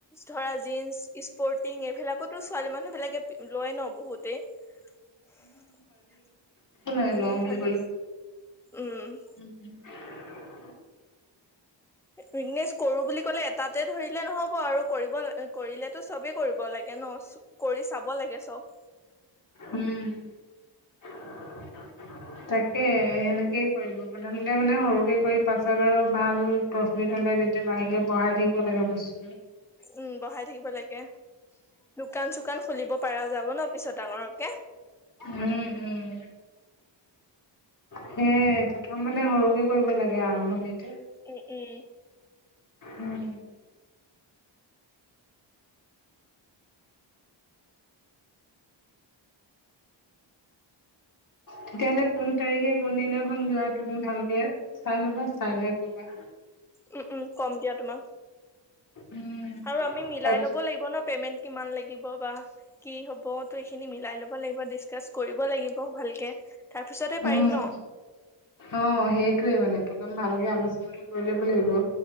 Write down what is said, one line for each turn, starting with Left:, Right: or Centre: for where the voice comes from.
Centre: ধৰা জীন্স স্পৰ্টিং এইবিলাকো ছোৱালী মানুহ বিলাকে লয় ন বহুতে উম
Left: একো নাই লওঁ
Centre: সেইফালে
Left: বুলি
Centre: উম।
Left: উম।
Centre: বিজনেছ কৰো বুলি কলে এটাতে ধৰিলে নহব আৰু কৰিব কৰিলেতো চবেই কৰিব লাগে ন কৰি চাব লাগে চব।
Left: উম তাকে সেনেকেই কৰিব প্ৰথমতে মানে সৰুকে কৰি পাছত আৰু। ভাল প্ৰফিত হ'লে তেতিয়া লাহেক। কে বঢ়াই থাকিব লাগে বস্তুটো।
Centre: উম বহাই থাকিব লাগে দোকান চোকান খুলিব। পাৰা যাব ন পিছত ডাঙৰকে।
Left: উম উম সেয়াই। প্ৰথম মানে সৰুকে কৰিব লাগে আৰম্ভণি।
Centre: উম - উম।
Left: উম তেতিয়াহ'লে কোন তাৰিখে কোনদিনাখন যোৱা তুমি ভালকে চাই ল'বা চাই লৈ কবা?
Centre: উম উম কম দিয়া তোমাক
Left: উম
Centre: আৰু আমি মিলাই
Left: তাৰপিছত
Centre: ল'ব লাগিব ন পেমেন্ট কিমান লাগিব বা কি হব ত এইখিনি মিলাই ল'ব লাগিব ডিচকাছ কৰিব লাগিব ভালকে। তাৰ পিছতে পাৰিম
Left: উম
Centre: ন
Left: অঁ সেই। টোয়ে মানে প্ৰথম ভালকে আলোচনাটো কৰি ল'ব লাগিব।